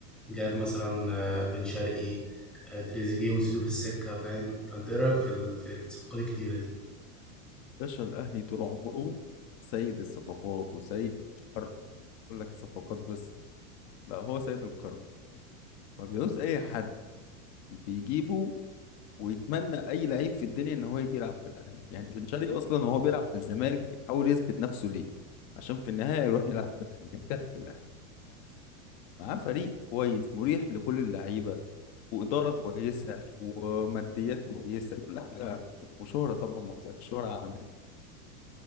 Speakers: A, in the centre; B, on the left (about 20°).
A: جايب مثلا آه، بن شرقي آه، تريزيجيه وزيزو في السكه فاهم فانت ايه رايك في ال- في الصفقات الكتيره دي
B: باشا الأهلي طول عمره سيد الصفقات وسيد القرار يقول لك الصفقات بس لا هو سيد القرار ما بيعوز اي حد بيجيبه ويتمنى اي لعيب في الدنيا ان هو يجي يلعب في الاهلي يعني بن شرقي اصلا وهو بيلعب في الزمالك بيحاول يثبت نفسه ليه عشان في النهايه يروح يلعب في الاهلي يرتاح في الاهلي معاه فريق كويس مريح لكل اللعيبه واداره كويسه وماديات كويسه كل حاجه وشهره طبعا ما قلتلكش، شهره عالميه